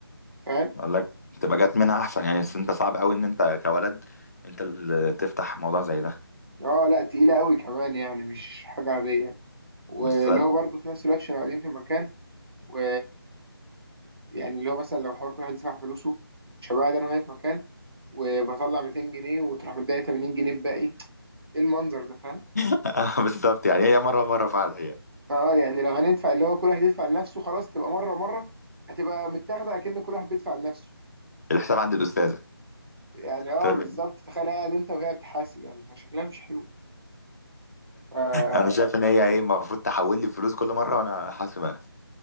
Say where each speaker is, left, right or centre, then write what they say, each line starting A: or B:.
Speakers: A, on the right; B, on the left.
A: فاهم
B: قال لك تبقى جات منها احسن يعني بس انت صعب قوي ان انت كولد انت اللي تفتح موضوع زي ده
A: اه لا تقيلة قوي كمان يعني مش حاجة عادية واللي
B: بالظبط
A: هو برضه في نفس الوقت عشان قاعدين في مكان و يعني اللي هو مثلا لو حوار كل واحد يدفع فلوسه مش هبقى قاعد انا وهي في مكان وبطلع 200 جنيه وتروح مداني 80 جنيه بباقي ايه المنظر ده فاهم
B: <laughs> آه، بالظبط يعني هي مره مره فعلا هي
A: اه يعني لو هندفع اللي هو كل واحد يدفع لنفسه خلاص تبقى مرة مرة هتبقى متاخدة كأن كل واحد بيدفع لنفسه
B: الحساب عند الاستاذه
A: يعني اه
B: تقول
A: بالظبط
B: له
A: تخيل قاعد انت وهي بتحاسب يعني فشكلها مش حلو ف
B: انا شايف ان هي ايه المفروض تحول لي فلوس كل مره وانا حاسب انا